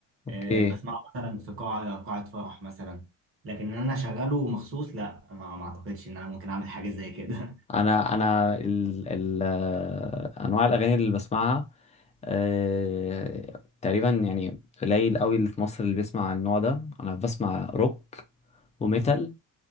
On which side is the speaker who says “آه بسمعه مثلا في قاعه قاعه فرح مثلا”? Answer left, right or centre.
Right